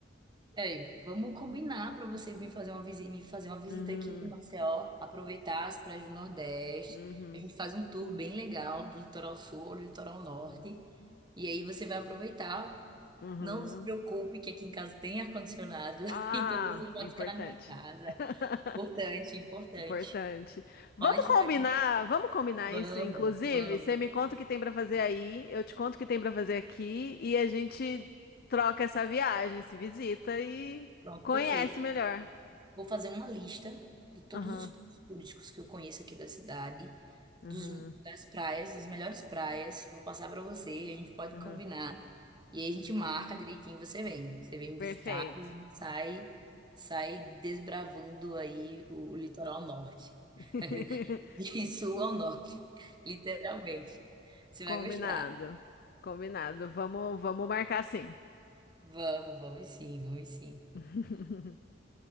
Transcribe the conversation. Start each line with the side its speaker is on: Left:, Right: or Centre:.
Right: É, vamos combinar para você vir fazer uma visita, me fazer uma visita
Left: Uhum,
Right: aqui em Maceió, aproveitar as praias do Nordeste.
Left: uhum,
Right: A gente faz um tour bem legal do litoral sul ao litoral norte.
Left: uhum,
Right: E aí você vai aproveitar.
Left: uhum.
Right: Não se preocupe que aqui em casa tem ar-condicionado,
Left: Ah,
Right: <laughs> então você pode
Left: importante.
Right: ficar na minha casa.
Left: <laughs>
Right: Importante, importante.
Left: Importante. Vamos
Right: Pode ficar
Left: combinar, vamos combinar
Right: Vamos,
Left: isso, inclusive.
Right: vamos.
Left: Você me conta o que tem pra fazer aí, eu te conto o que tem pra fazer aqui e a gente troca essa viagem, se visita e
Right: Pronto,
Left: conhece
Right: perfeito.
Left: melhor.
Right: Vou fazer uma lista de todos
Left: Aham,
Right: os pontos turísticos que eu conheço aqui da cidade,
Left: aham,
Right: dos, das praias, das melhores praias. Vou passar para você, a gente pode
Left: aham,
Right: combinar. E aí a gente
Left: aham.
Right: marca direitinho, você vem. Você vem me
Left: Perfeito.
Right: visitar e a gente sai, sai desbravando aí o, o litoral norte.
Left: <laughs>
Right: <laughs> De sul ao norte, literalmente. Você
Left: Combinado.
Right: vai gostar.
Left: Combinado. Vamos, vamos marcar sim.
Right: Vamos, vamos sim, vamos sim.
Left: <laughs>